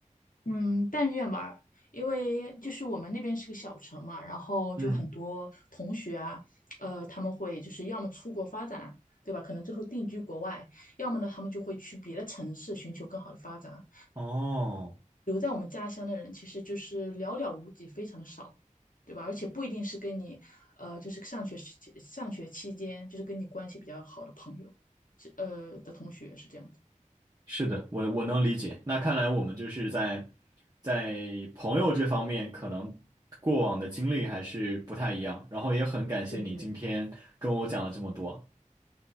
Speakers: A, on the left; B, on the right.
A: 嗯，但愿吧，因为就是我们那边是个小城嘛，然后就很多同学啊，
B: 嗯
A: 呃，他们会就是要么出国发展，对吧？可能最后定居国外，要么呢，他们就会去别的城市寻求更好的发展。
B: 哦，
A: 留在我们家乡的人其实就是寥寥无几，非常的少，对吧？而且不一定是跟你，呃，就是上学时期上学期间，就是跟你关系比较好的朋友，是呃的同学是这样的。
B: 是的，我我能理解。那看来我们就是在在朋友这方面，可能过往的经历还是不太一样。然后也很感谢你今天跟我讲了这么多。
A: 对对。